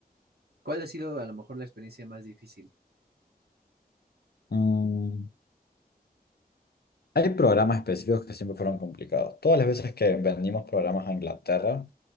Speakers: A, on the right; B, on the left.
A: ¿Cuál ha sido a lo mejor la experiencia más difícil?
B: Mm, hay programas específicos que siempre fueron complicados. Todas las veces que vendimos programas a Inglaterra